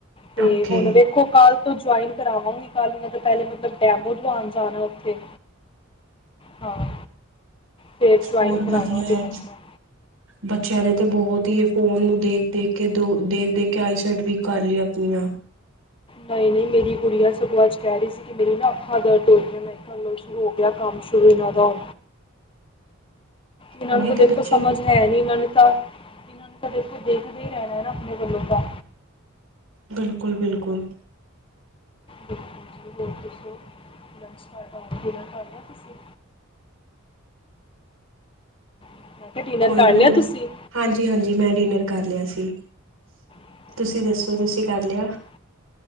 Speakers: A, on the left (about 25°); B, on the right (about 75°).
A: ਤੇ
B: ਓਕੇ
A: ਹੁਣ ਵੇਖੋ ਕਲ ਤੋ ਜੁਆਇਨ ਕਰਵਾਵਾਂਗੀ ਕੱਲ ਮੈ ਤਾਂ ਪਹਿਲੇ ਮਤਲਬ ਡੈਮੋ ਦੋਵਾਨ ਜਾਣਾ ਉੱਥੇ। ਹਾਂ, ਫਿਰ ਜੁਆਇਨ
B: ਹੋਰ
A: ਕਰਾਵਾਂ
B: ਵਧੀਆ ਹੈ।
A: ਇਨਾਂਨੂ।
B: ਬੱਚਿਆਂ ਨੇ ਤੇ ਬਹੁਤ ਹੀ ਇਹ ਫੋਨ ਨੂੰ ਦੇਖ-ਦੇਖ ਕੇ ਦੋ ਦੇਖ-ਦੇਖ ਕੇ ਆਈ ਸੈਟ ਵੀਕ ਕਰ ਲਈ ਆਪਣੀਆਂ।
A: ਨਹੀਂ-ਨਹੀਂ ਮੇਰੀ ਕੁੁੜੀਆਂ ਸਗੌ ਅਜੱ ਕਹਿ ਰਹੀ ਸੀ ਕਿ ਮੇਰੀ ਨਾ ਅੱਖਾਂ ਦਰਦ ਹੋ ਰਹੀਆਂ ਨੇ। ਏਲੌ ਹੋ ਗਿਆ ਕੰਮ ਸ਼ੁਰੂ ਇਹਨਾਂ ਦਾ ਇਹਨਾਂ
B: ਉਹੀ
A: ਨੂੰ ਤਾਂ
B: ਤੇ
A: ਦੇਖੋ
B: ਬੱਚੇ
A: ਸਮਝ ਹੈ ਨੀ ਇਹਨਾਂ ਨੂੰ ਤਾਂ ਇਹਨਾਂ ਨੂੰ ਤਾਂ ਦੇਖੋ ਦੇਖਦੇ ਹੀ ਰਹਿਣਾ ਨਾ ਆਪਣੇ ਵੱਲੋਂ ਤਾਂ
B: ਬਿਲਕੁਲ- ਬਿਲਕੁਲ।
A: ਤੁਸੀਂ ਔਰ ਦੱਸੋ? ਲੰਚ ਕਰ ਡਿਨਰ ਕਰ ਲਿਆ ਤੁਸੀਂ। ਮੈਂ ਕਿਹਾ ਡਿਨਰ
B: ਕੋਈ
A: ਕਰ
B: ਨੀ।
A: ਲਿਆ ਤੁਸੀਂ
B: ਹਾਂਜੀ-ਹਾਂਜੀ, ਮੈਂ ਡਿਨਰ ਕਰ ਲਿਆ ਸੀ
A: ਅੱਛਾ
B: ਤੁਸੀਂ
A: ਅੱਛਾ
B: ਦੱਸੋ ਤੁਸੀਂ ਕਰ ਲਿਆ?
A: ਹੋਰ